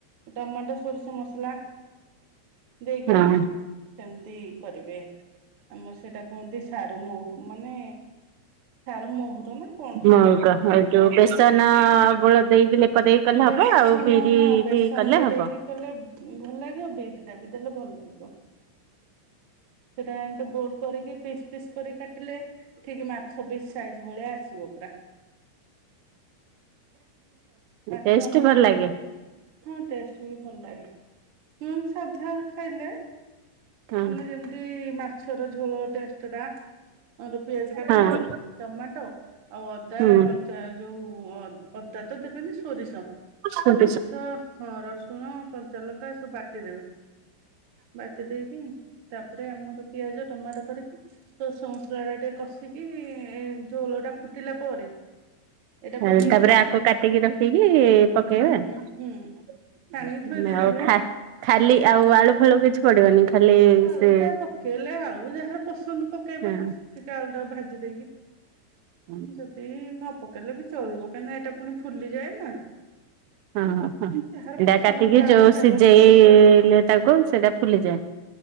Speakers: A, on the right (about 55°); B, on the right (about 80°).
A: ଟମାଟୋ ସୋରିଷ ମସଲା ଦେଇକି
B: ହୁଁ।
A: ସେମିତି କରିବେ ଆମର ସେଇଟା କୁହନ୍ତି ସାରୁ ମହୁ ମାନେ ସାରୁ ମହୁର ନା? କଣ
B: ମଉକା
A: ସେଇଟା କୁହନ୍ତୁ ତ
B: ଆଉ
A: ମୋର
B: ଯୋଉ
A: ଜାଣିନି
B: ବେସନ
A: ହଁ
B: ବୋଳ ଦେଇକି ଲେପ ଦେଇ କଲେ ହବ
A: ବେସନ
B: ଆଉ ବିରି
A: ହଁ ବେସ ସନ
B: କଲେ
A: ବି
B: ହବ।
A: ଦେଇକି କଲେ ଭଲ ଲାଗିବ ବିରିଟା ବି ଦେଲେ ଭଲ ଲାଗିବ। ସେଇଟା ଏମତି ଗୋଲ କରିକି ପିସ୍ ପିସ୍ କରି କାଟିଲେ ଠିକ୍ ମାଛ ପିସ୍ ସାଇଜ ଭଳିଆ ଆସିବ ପୁରା। ମାଛ
B: ଟେଷ୍ଟ
A: ଆମର
B: ଭଲ
A: ଯେ
B: ଲାଗେ।
A: ହଁ ଟେଷ୍ଟ ବି ଭଲ ଲାଗେ <inaudible> ସାଧା ଖାଇଲେ
B: ହଁ
A: ମାନେ ଯେମିତି ମାଛର ଝୋଳ ଟେଷ୍ଟ ଟା। ଆମର ପିଆଜ କାଟିଦେବେ
B: ହଁ।
A: ଟମାଟୋ ଆଉ ଅଦା
B: ହୁଁ
A: କଞ୍ଚା ଯୋଉ ଅ ଅଦା ତ ଦେବେନି ସୋରିଷ
B: ହୁଁ
A: ସୋରିଷ ହଁ ରସୁଣ କଞ୍ଚାଲଙ୍କା ଏ ସବୁ ବାଟିଦେବେ ବାଟି ଦେଇକି ତାପରେ ଆମର ପିଆଜ ଟମାଟୋ ପଡିକି ସୋରିଷ ମସଲାଟା ଟିକେ କଷିକି ଏଁ ଝୋଲ ଟା ଫୁଟିଲା ପରେ ଏଇଟା ପକେଇବେ
B: ଆଉ ତାପରେ ଆକୁ କାଟିକି ରଖିକି ପକେଇବେ।
A: ହୁଁ ହୁଁ ହୁଁ ଛାଣିକି ଥୋଇ ଦେଇଥିବେ
B: ଆଉ ଖା ଖାଲି
A: ତା
B: ଆଉ ଆଳୁ ଫାଳୁ କିଛି ପଡିବନି ଖାଲି
A: ଆଳୁ
B: ସେ
A: ଟା ପକେଇଲେ ଆଳୁ ଯାହାର ପସନ୍ଦ ପକେଇବେ
B: ହଁ
A: ଟିକେ ଆଳୁ ଟାକୁ ଭାଜି ଦେଇକି।
B: ହଁ
A: ଯଦି ନ ପକେଇଲେ ବି ଚଳିବ କାଇଁ ନା ଏଟା ଫୁଣି ଫୁଲିଯାଏ ନା।
B: ହଁ ହଁ।
A: ଯାହାର
B: ଏଇଟା
A: ପସନ୍ଦ
B: କାଟିକି
A: ବି ଆଳୁ
B: ଯୋଉ
A: ଖାଇବା
B: ସିଝେଇଲେ
A: ଛୋଟ ଛୁଆ
B: ତାକୁ ସେଟା ଫୁଲିଯାଏ।